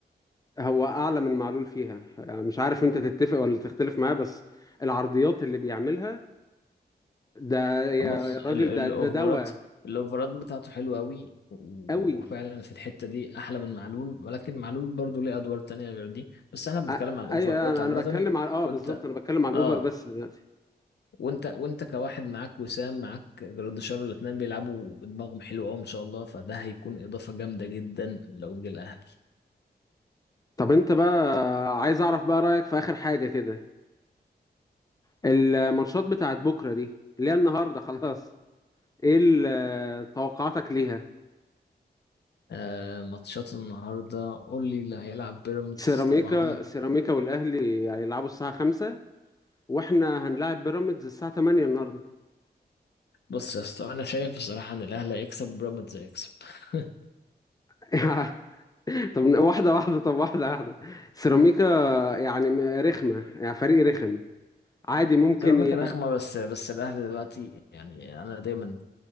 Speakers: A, on the left; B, on the left.
A: هو اعلى من معلول فيها يعني مش عارف انت تتفق ولا تختلف معاه بس العرضيات اللي بيعملها ده
B: بص
A: يا
B: ال-
A: راجل
B: الاوفرات
A: ده ده دواء
B: الاوفرات بتاعته حلوة قوي وفعلا
A: قوي
B: في الحتة دي احلى من معلول ولكن معلول برضو ليه ادوار تانية غير دي بس احنا بنتكلم
A: أ-
B: على الاوفرات
A: ايوه انا
B: عامة
A: أنا بتكلم على اه
B: وانت
A: بالظبط انا بتكلم على الاوفر
B: اه
A: بس دلوقتي
B: وانت وانت كواحد معاك وسام معاك جراديشار الاتنين بيلعبوا بدماغهم حلو قوي ما شاء الله فده هيكون اضافه جامده جدا لو جه الاهلي
A: طب انت بقى عايز اعرف بقى رايك في اخر حاجه كده الماتشات بتاعت بكره دي اللي هي النهارده خلاص ايه ال- توقعاتك ليها
B: آه ماتشات النهارده قول لي اللي هيلعب بيراميدز
A: سيراميكا
B: طبعا
A: سيراميكا والاهلي هيلعبوا الساعه 5 واحنا هنلاعب بيراميدز الساعه 8 النهارده
B: بص يا اسطى انا شايف بصراحه ان الاهلي هيكسب وبيراميدز هيكسب <laughs>
A: <laughs> طب واحده واحده طب واحده واحده سيراميكا يعني م- رخمه يعني فريق رخم عادي ممكن
B: سيراميكا
A: ي...
B: رخمه بس بس الاهلي دلوقتي يعني انا دايما